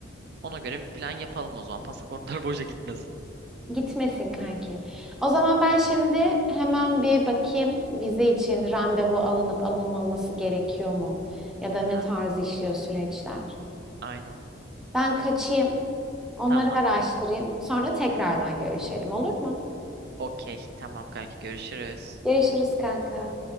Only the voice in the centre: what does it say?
Gitmesin kanki. O zaman ben şimdi hemen bir bakayım vize için randevu alınıp alınmaması gerekiyor mu? Ya da
ne tarz işliyor süreçler?
Ben kaçayım, onları
araştırayım.
Sonra tekrardan görüşelim olur mu?
Görüşürüz kanka.